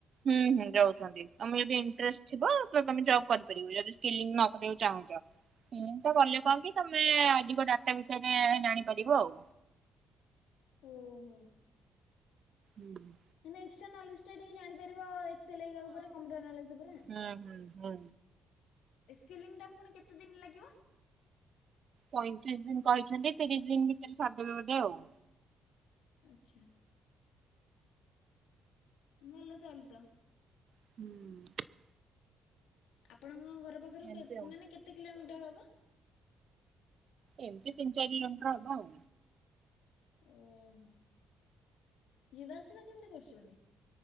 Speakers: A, on the right (about 50°); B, on the left (about 85°).
A: ହୁଁ ହୁଁ ଦଉଛନ୍ତି ତମେ ଅଦି ଇଣ୍ଟରେଷ୍ଟ ଥିବ ତ ତମେ ଜବ୍ କରିପାରିବୁ ଯଦି ସ୍କଲିଙ୍ଗ୍ ନ କରିବାକୁ ଚାହୁଁଚ। ସ୍କଲିଙ୍ଗ୍ ଟା କଲେ
B: ଆଚ୍ଛା।
A: କଁ କି ତମେ ତ ତେ ଅଧିକ ଡାଟା ବିଷୟରେ ଆମେ ଜାଣିପାରିବୁ ଆଉ।
B: ଓହୋ।
A: ହୁଁ
B: ମାନେ ଏକ୍ସଟ୍ରା ନଲେଜ୍ ଟା ଟିକେ ଜାଣି ପାରିବ ଏକ୍ସଲ୍ ହେଇକା ଓପରେ କମ୍ପ୍ୟୁଟର୍ ନଲେଜ୍ ଓପରେ।
A: ହୁଁ ହୁଁ ହଁ।
B: ଏସ୍କେିଲିଙ୍ଗ୍ ଟା ପୁଣି କେତେ ଦିନ ଲାଗିବ?
A: ପଇଁତିରିଶ୍ ଦିନ୍ କହିଛନ୍ତି ତିରିଶ୍ ଦିନ୍ ଭିତରେ ସାରିଦେବେ ବୋଧ ଆଉ।
B: ଆଚ୍ଛା। ଭଲ ତାହେଲେ ତ।
A: ହୁଁ।
B: ଆପଣଙ୍କ ଘର ପାଖରୁ
A: ଏମତି
B: କେ
A: ଆଉ
B: ମାନେ କେତେ କିଲୋମିଟର୍ ହବ?
A: ଏମତି ତିନି ଚାରି କିଲୋମିଟର୍ ହବ ଆଉ।
B: ଓହୋ ଯିବା ଆସିବା କେମତି କରୁଚନ୍ତି?